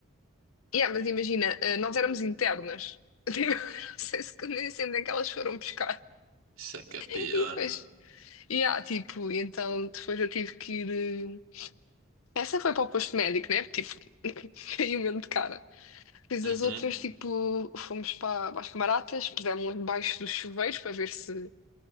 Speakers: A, on the left; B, on the right.
A: Yeah, mas imagina, eh, nós éramos internas. <laughs> Tipo, não sei se nem sei onde é que elas foram buscar.
B: Isso é que é
A: <laughs>
B: pior.
A: E depois, yeah, tipo, e então depois eu tive que ir. eh, Essa foi para o posto médico, né? Tipo, <laughs> caiu mesmo de cara. Depois
B: Uhum.
A: as outras, tipo, fomos para, para as camaratas, pusemos debaixo dos chuveiros para ver se